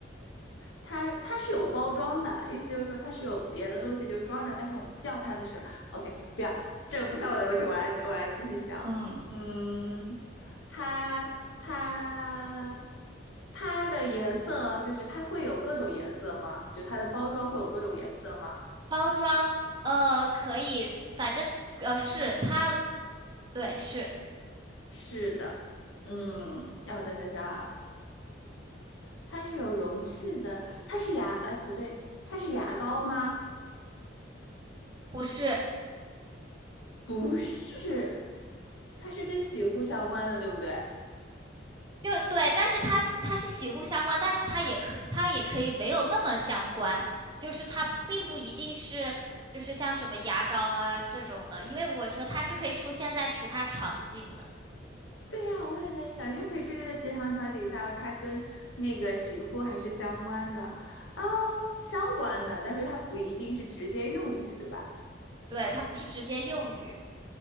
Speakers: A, on the left; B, on the right.
A: 它它是有包装的，意思就是说它是有别的东西就装着，但是我们叫它的时候，OK，不要，这个不算我的问题，我来我来继续想。
B: 嗯。
A: 嗯，它它它的颜色就是它会有各种颜色吗？就它的包装会有各种颜色吗？
B: 包装，呃，可以，反正呃是它，对，是
A: 是的，嗯，让我再想想啊，它是有容器的，它是牙，哎，不对，它是牙膏吗？
B: 不是
A: 不是，它是跟洗护相关的，对不对？
B: 就对？但是它它是洗护相关，但是它也可它也可以没有那么相关，就是它并不一定是就是像什么牙膏啊这种的，因为我说它是可以出现在其他场景的，
A: 对呀，我也在想，又可以出现在职场场景下，它跟那个洗护还是相关的啊，相关的，但是它不一定是直接用于，对吧？
B: 对，它不是直接用于。